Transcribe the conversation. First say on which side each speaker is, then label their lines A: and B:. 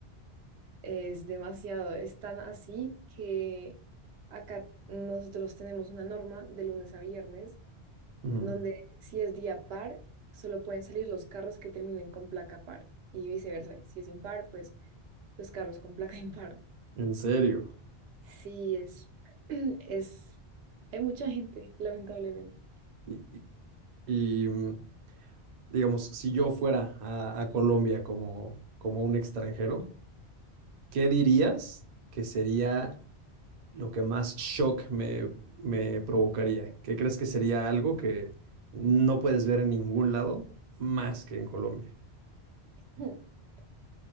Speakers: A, on the right; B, on the right.
A: es demasiado. Es tan así que acá nosotros tenemos una norma de lunes a viernes
B: Ujú.
A: donde si es día par, solo pueden salir los carros que terminen con placa par y viceversa. Si es impar, pues los carros con placa <laughs> impar.
B: En serio.
A: Sí, es, <clears throat> es, hay mucha gente, lamentablemente.
B: Y, y- y, mm, digamos, si yo fuera a, a Colombia como, como un extranjero, ¿qué dirías que sería lo que más shock me, me provocaría? ¿Qué crees que sería algo que no puedes ver en ningún lado más que en Colombia?
A: <clears throat>